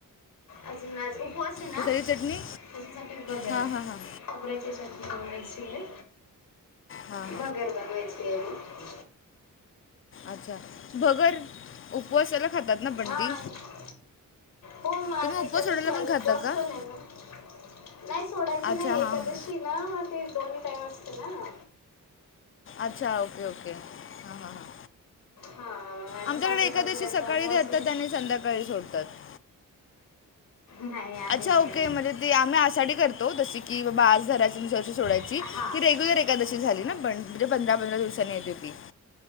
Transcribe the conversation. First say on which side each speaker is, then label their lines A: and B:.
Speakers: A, on the left (about 90°); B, on the left (about 40°).
A: अजून नाही. उपवास आहे ना.
B: कशाची चटणी
A: त्याच्यासाठी भगर,
B: हां हां हां
A: खोबऱ्याची चटणी हे सगळ.
B: हा.
A: हा गर्भान व्हायची आणि
B: अच्छा, भगर. उपवासाला खातात ना पण
A: हां
B: ती.
A: हो मग आज
B: तुम्ही उपवास
A: एकादशी
B: सोडायला पण
A: आज
B: खाता
A: उपवास
B: का.
A: पण
B: <inaudible>
A: आहे ना नाही सोडायचं
B: अच्छा
A: नाही
B: हां
A: एकादशीला
B: हां.
A: ना मग ते दोन्ही टाईम असत ना.
B: अच्छा. Okay okay. हां हां हां.
A: हा माझ्या
B: आमच्याकडे
A: सासू-सासऱ्यांचा
B: एकादशी सकाळी
A: उपवास
B: धरतात
A: आहे.
B: आणि संध्याकाळी सोडतात
A: नाही आम्ही
B: अच्छा.
A: नाही
B: ओके. म्हणजे ते आम्ही आषाढी करतो जशी की बाबा आज घरा दिवसाची सोडायची.
A: हां
B: ही रेग्युलर एकादशी झाली
A: हो
B: ना, पण म्हणजे पंधरा पंधरा दिवसानी येते ती.